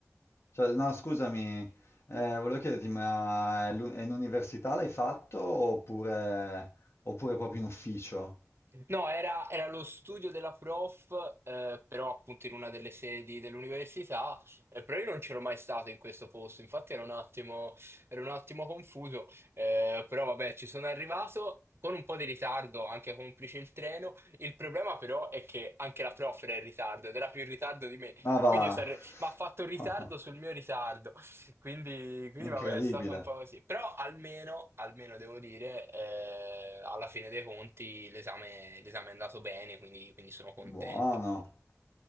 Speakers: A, on the left (about 60°); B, on the right (about 55°).
A: Cioè, no, scusami, eh, volevo chiederti, ma è l'u- è in università l'hai fatto oppure, oppure proprio in ufficio?
B: No, era, era lo studio della prof, eh, però appunto in una delle sedi dell'università, eh, però io non c'ero mai stato in questo posto, infatti ero un attimo, ero un attimo confuso, eh, però vabbè, ci sono arrivato con un po' di ritardo, anche complice il treno, il problema però è che anche la prof era in ritardo ed era più in ritardo di me,
A: Ah, va,
B: quindi io sarei... ma ha fatto ritardo
A: <laughs>
B: sul mio ritardo, quindi, quindi
A: è incredibile.
B: vabbè, è stata un po' così. Però almeno, almeno devo dire, eh, alla fine dei conti l'esame l'esame è andato bene, quindi, quindi sono contento.
A: Buono,